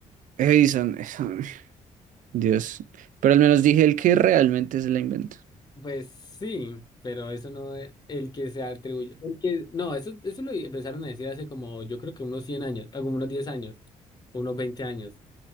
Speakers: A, on the right; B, on the left.
A: Edison, Edison, Dios. Pero al menos dije el que realmente se la inventó.
B: Pues sí, pero eso no es el que se atribuye. El que, no, eso, eso lo empezaron a decir hace como, yo creo que unos 100 años, ah, como unos 10 años, unos 20 años.